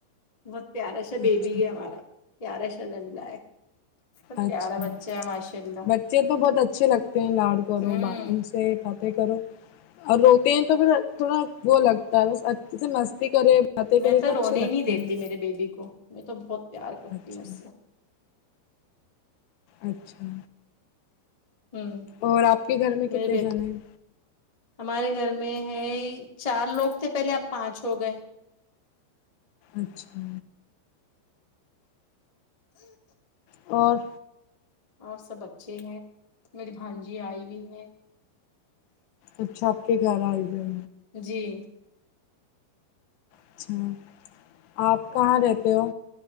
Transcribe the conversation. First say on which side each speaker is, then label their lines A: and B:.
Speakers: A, on the left; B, on the left.
A: بہت پیارا سا بیبی
B: اچھا
A: ہے ہمارا پیارا سا للا ہے سب
B: اچھا
A: پیارا بچہ ہے ماشاء اللہ
B: بچے تو بہت اچھے لگتے ہیں لاڑکرو
A: ہوں
B: بات کذو فاتح کرو اور روتے ہیں تو پھر تھوڑا وہ لگتا ہے بس اچھا جے مستی کرے باتیں
A: میں
B: کرے تو
A: رونے
B: اچھے لگتے
A: ہی نہیں دیتی
B: ہیں
A: میرے بیبی کو میں تو بہت پیار کرتی
B: اچھا
A: ہوں اس سے
B: اچھا
A: ہوں
B: اور آپ کے گھر میں کتنے
A: میرے بیبی
B: جنے ہیں
A: ہمارے گھر میں ہے چار لوگ تھے پہلے اب پانچ ہو گئے
B: اچھا
A: امم
B: اور
A: اور سب اچھے ہیں میری بھانجی آئی ہوئی ہیں
B: اچھا آپ کے گھر آی ہے
A: جی
B: اچھا آپ کہاں رہتے ہو